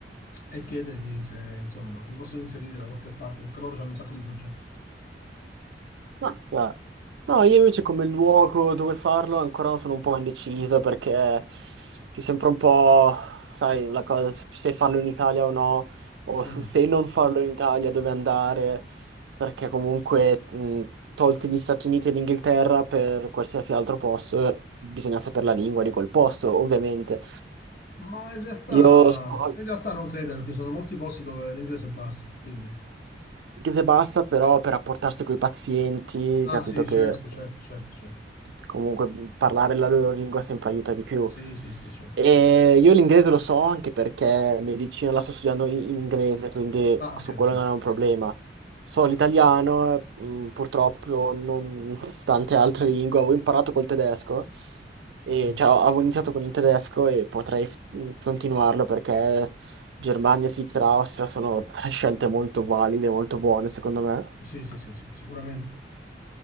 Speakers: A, on the left; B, on the right.
A: e chiedergli se, insomma, mi possono inserire da qualche parte, perché loro hanno un sacco di progetti.
B: Ma guarda, No, io invece come luogo dove farlo ancora sono un po' indeciso perché ci sembra un po', sai, la cosa se farlo in Italia o no, o
A: Mm.
B: su- se non farlo in Italia dove andare, perché comunque mh, tolti gli Stati Uniti e l'Inghilterra per qualsiasi altro posto, bisogna sapere la lingua di quel posto, ovviamente.
A: Ma in realtà,
B: Io so
A: in realtà non credo, perché ci sono molti posti dove l'inglese basta, quindi...
B: inglese bassa, però per rapportarsi con i pazienti,
A: Ah,
B: capito
A: sì,
B: che...
A: certo, certo, certo, certo.
B: Comunque parlare la loro lingua sempre aiuta di più.
A: Sì, sì, sì, certo.
B: E io l'inglese lo so anche perché mia vicina la sto studiando in, in inglese, quindi
A: Ah,
B: su
A: ok, ok.
B: quello non è un problema. So l'italiano, mm, purtroppo non <laughs> tante altre lingue. Avevo imparato col tedesco, e,
A: Mm.
B: cioè avevo iniziato con il tedesco e potrei mm, continuarlo perché Germania, Svizzera, Austria sono tre scelte molto valide, molto buone secondo me.
A: Sì, sì, sì, sì, sicuramente.